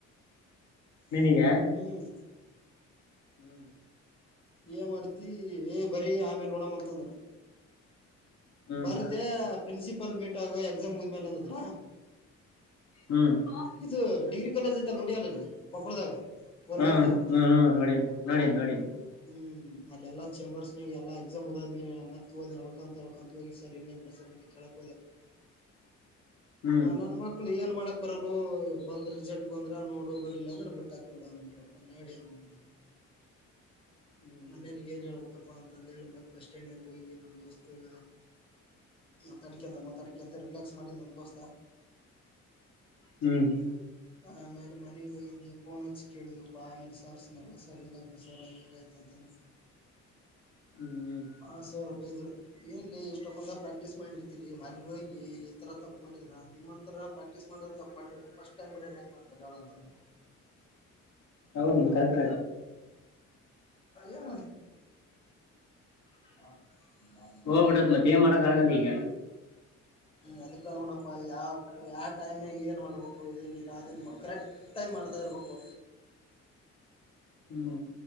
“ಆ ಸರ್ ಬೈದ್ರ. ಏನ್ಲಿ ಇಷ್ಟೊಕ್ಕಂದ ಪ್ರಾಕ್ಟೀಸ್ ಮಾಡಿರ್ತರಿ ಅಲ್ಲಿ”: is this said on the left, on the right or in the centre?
Left